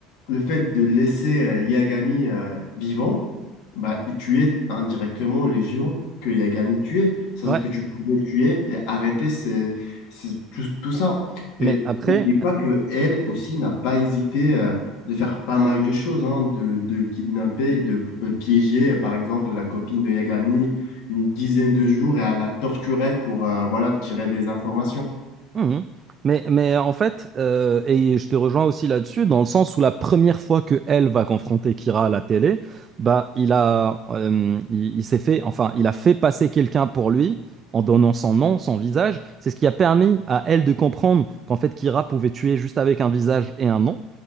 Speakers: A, on the left; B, on the right.
A: le fait de laisser euh, Yagami euh, vivant, bah, il tuait indirectement les géants que Yagami tuait. C'est-à-dire
B: Ouais.
A: que tu pouvais le tuer et arrêter ces- ces- tout, tout ça.
B: Mais
A: Et
B: après.
A: n'oublie pas que elle aussi n'a pas hésité euh, de faire pas mal de choses, hein, de, de kidnapper, de p- euh, piéger, euh, par exemple, la copine de Yagami une dizaine de jours et à la torturer pour euh, voilà, tirer des informations.
B: Mhm. Mais, mais en fait, euh, et je te rejoins aussi là-dessus, dans le sens où la première fois que elle va confronter Kira à la télé, bah il a, euh, il, il s'est fait, enfin, il a fait passer quelqu'un pour lui en donnant son nom, son visage. C'est ce qui a permis à elle de comprendre qu'en fait Kira pouvait tuer juste avec un visage et un nom.